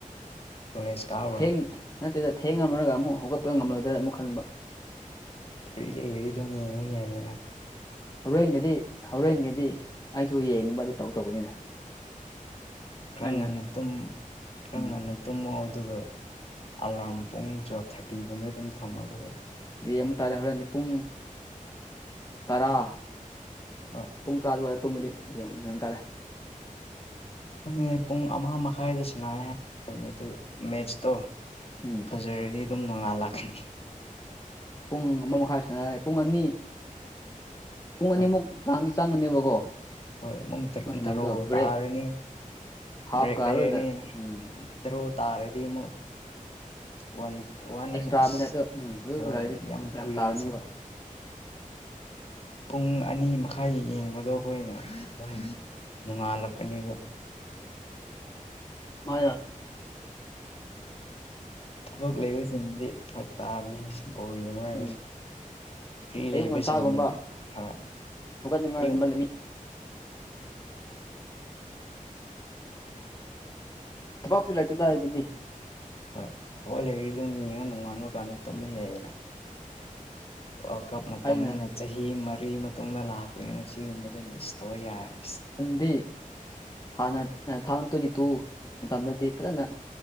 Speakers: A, on the left; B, on the left.
A: ꯀ ꯁꯀꯥꯎ
B: ꯊꯦꯡ ꯅꯠꯇ꯭ꯔꯦꯗ ꯊꯦꯡ ꯉꯝꯃꯔꯒ ꯑꯃꯨꯛ ꯍꯧꯒꯠꯄ ꯉꯝꯂꯣꯏꯗ꯭ꯔꯥ ꯑꯃꯨꯛ ꯈꯟꯕ
A: ꯐꯗꯤꯗꯤ ꯑꯗꯨꯝ ꯌꯦꯡꯕ ꯌꯥꯏꯌꯦꯅ
B: ꯍꯣꯔꯦꯟꯒꯗꯤ ꯍꯣꯔꯦꯟꯒꯗꯤ ꯑꯩꯁꯨ ꯌꯦꯡꯅꯤꯡꯕꯗꯤ ꯇꯧ ꯇꯧꯕꯅꯤꯗ
A: ꯈ꯭ꯔꯪ
B: ꯅꯪꯅ
A: ꯉꯟꯅ ꯈꯪ
B: ꯎꯝ
A: ꯉꯟꯅ ꯇꯨꯝꯃꯣ ꯑꯗꯨꯒ ꯑꯜꯂꯔꯝ ꯄꯨꯡ ꯆ ꯊꯥꯔꯇꯤꯒꯨꯝꯗꯦ ꯇꯝ ꯊꯝꯃꯗꯧꯦ
B: ꯑꯦ ꯑꯃ ꯇꯥꯔꯦ ꯍꯧꯔꯅꯤ ꯄꯨꯡ ꯇꯔꯥ
A: ꯍꯣꯏ
B: ꯄꯨꯡ ꯇꯔꯥ ꯑꯗꯨꯋꯥꯏꯗ ꯇꯨꯝꯕꯗꯤ ꯌꯦꯡꯕ ꯌꯦꯕ ꯇꯥꯔꯦ
A: ꯈꯪꯉ ꯄꯨꯡ ꯑꯃ ꯃꯈꯥꯏꯗ ꯁꯤꯅ ꯍꯥꯏꯅꯦ ꯑꯗꯨ ꯃꯦꯠꯁꯇꯣ
B: ꯎꯝ
A: ꯐꯖꯔꯗꯤ ꯑꯗꯨꯝ ꯅꯣꯡꯉꯥꯜꯂꯥꯛꯀꯅꯤ
B: ꯄꯨꯡ ꯑꯃ ꯃꯈꯥꯏ ꯁꯥꯟꯅꯔꯦ ꯄꯨꯡ ꯑꯅꯤ ꯄꯨꯡ ꯑꯅꯤꯃꯨꯛ
A: ꯍꯣꯏ
B: ꯇꯍꯥꯟꯒꯤ ꯆꯪꯒꯅꯦꯕꯀꯣ
A: ꯍꯣꯏ ꯑꯃꯨꯛ
B: ꯃꯣꯏ ꯁꯥꯟꯅꯕꯗꯣ
A: ꯙꯔꯣ
B: ꯕ꯭ꯔꯦꯛ
A: ꯇꯥꯔꯅꯤ
B: ꯍꯥꯐꯀ
A: ꯕ꯭ꯔꯦꯛ ꯂꯩꯔꯅꯤ
B: ꯑꯗꯨꯋꯥꯏꯗ ꯎꯝ
A: ꯏ꯭ꯔꯣ ꯇꯥꯔꯗꯤꯃ ꯋꯥ ꯋꯥꯟꯁ
B: ꯑꯦꯛꯁꯇ꯭ꯔꯥ ꯃꯤꯅꯠꯇꯣ ꯎꯝ ꯑꯗꯨ
A: ꯍꯣꯏ
B: ꯑꯗꯨꯋꯥꯏꯗꯤ
A: ꯌꯥꯝ ꯀꯨꯏꯅ
B: ꯇꯥꯒꯅꯦꯕ
A: ꯆ ꯄꯨꯡ ꯑꯅꯤ ꯃꯈꯥꯏ ꯌꯦꯡꯕꯗꯣ ꯑꯩꯈꯣꯏꯅ ꯑꯗꯨꯝ ꯅꯣꯡꯉꯥꯜꯂꯛꯄꯅꯦꯕ
B: ꯃꯥ ꯌꯥ
A: ꯊꯕꯛ ꯂꯩꯕꯁꯤꯡꯗꯤ ꯐꯔꯛ ꯇꯥꯕꯅꯤ ꯕꯧ ꯌꯦꯡꯉ ꯍꯥꯏꯕꯁꯦ
B: ꯎꯝ
A: ꯐ꯭ꯔꯤ
B: ꯑꯌꯨꯛ
A: ꯂꯩꯕꯁꯤꯡꯁꯤꯅꯦ
B: ꯉꯟꯇꯥꯒꯨꯝꯕ
A: ꯍꯣꯏ
B: ꯍꯧꯒꯠꯅꯤꯡꯉꯥꯏꯒꯨꯝꯕ
A: ꯑꯌꯨꯛ
B: ꯂꯩ ꯑꯄꯥꯞꯇ ꯂꯩꯥꯏꯇꯗ ꯍꯥꯏꯕꯗꯤ
A: ꯍꯣꯏ ꯊꯋꯥꯛ ꯂꯩꯔꯤ ꯑꯗꯨꯝ ꯌꯦꯡꯉ ꯅꯣꯡꯉꯥꯟꯕ ꯀꯥꯟꯗ ꯇꯨꯝꯅ ꯌꯥꯏꯌꯦꯅ ꯋꯥꯔꯜ ꯀꯞ ꯃꯇꯝꯅꯤꯅ
B: ꯑꯩꯅ
A: ꯆꯍꯤ ꯃꯔꯤ ꯃꯇꯨꯡꯗ ꯂꯥꯛꯄꯅꯤꯅ ꯁꯤꯒꯨꯝꯕꯗꯤ ꯃꯤꯁ ꯇꯧꯕ ꯌꯥꯔꯦ
B: ꯗꯤ ꯍꯥꯟꯅ ꯊꯥꯎꯖꯟ ꯇ꯭ꯋꯦꯟꯇꯤ ꯇꯨ ꯃꯇꯝꯗꯗꯤ ꯐꯖꯅ